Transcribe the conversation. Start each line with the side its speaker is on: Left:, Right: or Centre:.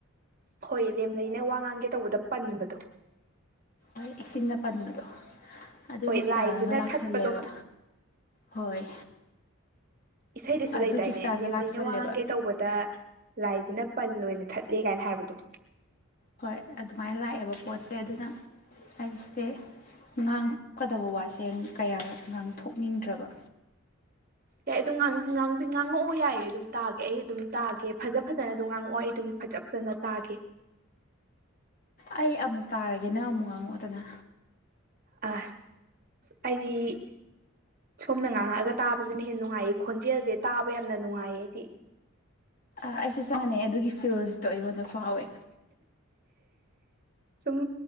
Right: ꯍꯣꯏ ꯂꯦꯝ ꯂꯩꯩꯅ ꯋꯥ ꯉꯥꯡꯒꯦ ꯇꯧꯕꯗ ꯄꯟꯕꯗꯣ
Left: ꯍꯣꯏ ꯏꯁꯤꯡꯅ ꯄꯟꯕꯗꯣ ꯑꯗꯨꯒꯤ
Right: ꯍꯣꯏ
Left: ꯏꯁꯇꯥꯏꯜ
Right: ꯂꯥꯏꯖꯅ
Left: ꯑꯃ ꯂꯥꯛꯁꯜꯂꯦꯕ
Right: ꯊꯠꯄꯗꯣ
Left: ꯍꯣꯏ
Right: ꯏꯁꯩꯗꯁꯨ
Left: ꯑꯗꯨꯒꯤ
Right: ꯂꯩꯗꯥꯏꯅꯦ
Left: ꯏꯁꯇꯥꯏꯜꯗ
Right: ꯂꯦꯝ
Left: ꯂꯥꯛꯁꯜꯂꯦꯕ
Right: ꯂꯩꯩꯅ ꯋꯥꯡꯒꯦ ꯇꯧꯕꯗ ꯂꯥꯏꯁꯤꯅ ꯄꯟ ꯑꯣꯏꯅ ꯊꯠꯂꯦ ꯀꯥꯏꯅ ꯍꯥꯏꯕꯗꯣ
Left: ꯍꯣꯏ ꯑꯗꯨꯃꯥꯏꯅ ꯂꯥꯛꯑꯦꯕ ꯄꯣꯠꯁꯦ ꯑꯗꯨꯅ ꯑꯩꯁꯦ ꯉꯥꯡꯊꯣꯛꯀꯗꯕ ꯋꯥꯁꯦ ꯀꯌꯥ ꯉꯥꯡꯊꯣꯛꯅꯤꯡꯗ꯭ꯔꯕ
Right: ꯌꯥꯏ ꯑꯗꯨꯝ ꯉꯥꯡꯉꯛꯑꯣ ꯌꯥꯏꯌꯦ ꯑꯗꯨꯝ ꯇꯥꯒꯦ ꯑꯩ ꯑꯗꯨꯝ ꯇꯥꯒꯦ ꯐꯖ ꯐꯖꯅ ꯑꯗꯨꯝ ꯉꯥꯡꯉꯛꯑꯣ ꯑꯩ ꯑꯗꯨꯝ ꯐꯖ ꯐꯖꯅ ꯇꯥꯒꯦ
Left: ꯑꯩ ꯑꯃꯨꯛ ꯇꯥꯔꯒꯦ ꯅꯪ ꯑꯃꯨꯛ ꯉꯥꯡꯉꯛꯑꯣꯗꯅ
Right: ꯑ ꯍꯥꯏꯗꯤ ꯁꯣꯝꯅ ꯉꯥꯡꯉꯛꯑꯒ ꯇꯥꯕꯁꯤꯅ ꯍꯦꯟꯅ ꯅꯨꯡꯉꯥꯏꯌꯦ ꯈꯣꯟꯖꯦꯜꯁꯦ ꯇꯥꯕ ꯌꯥꯝꯅ ꯅꯨꯡꯉꯥꯏꯌꯦ ꯍꯥꯏꯗꯤ
Left: ꯑꯩꯁꯨ ꯆꯥꯅꯩ ꯑꯗꯨꯒꯤ ꯐꯤꯜꯇꯣ ꯑꯩꯉꯣꯟꯗ ꯐꯥꯎꯋꯦ
Right: ꯁꯨꯝ